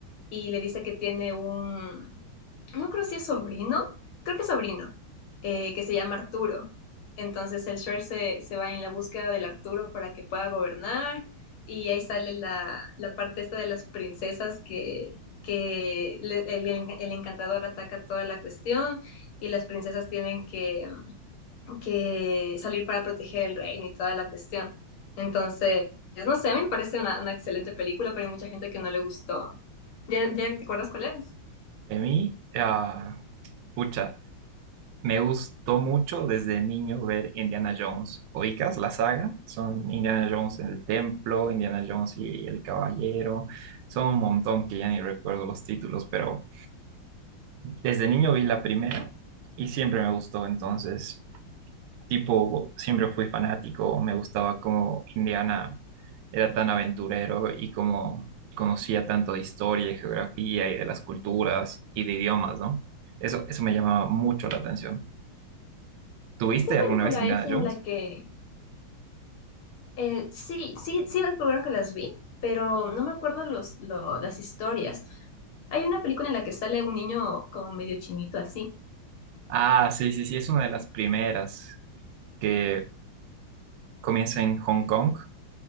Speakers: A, on the left; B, on the right.
A: y le dice que tiene un, no creo si es sobrino, creo que es sobrino, eh, que se llama Arturo. Entonces el Shrek se, se va en la búsqueda del Arturo para que pueda gobernar y ahí sale la, la parte esta de las princesas que, que le- el, el- el encantador ataca toda la cuestión y las princesas tienen que, que salir para proteger el reino y toda la cuestión. Entonces, no sé, a mí me parece una, una excelente película, pero hay mucha gente que no le gustó. ¿Ya, ya te acuerdas cuál es?
B: De mí, ah, pucha, me gustó mucho desde niño ver Indiana Jones. ¿Oicas la saga? Son Indiana Jones en el templo, Indiana Jones y el caballero. Son un montón que ya ni recuerdo los títulos, pero Desde niño vi la primera y siempre me gustó, entonces, tipo, siempre fui fanático, me gustaba cómo Indiana era tan aventurero y cómo conocía tanto de historia y geografía y de las culturas y de idiomas, ¿no? Eso, eso me llamaba mucho la atención. ¿Tuviste
A: ¿En qué película
B: alguna vez Indiana
A: es en
B: Jones?
A: la que... eh, sí, sí, sí, recuerdo que las vi, pero no me acuerdo los, lo- las historias. Hay una película en la que sale un niño como medio chinito así,
B: Ah, sí, sí, sí, es una de las primeras que comienza en Hong Kong